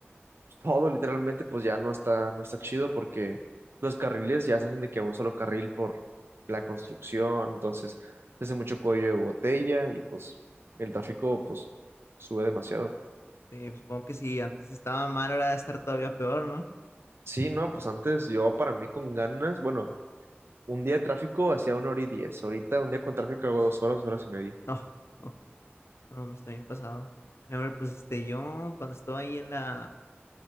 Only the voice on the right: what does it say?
todo literalmente pues ya no está, no está chido porque los carriles ya se hacen de que un solo carril por la construcción, entonces se hace mucho cuello de botella y pues el tráfico pues sube demasiado.
Sí, no, pues antes yo para mí con ganas, bueno, un día de tráfico hacía una hora y diez, ahorita un día con tráfico hago dos horas, dos horas y media.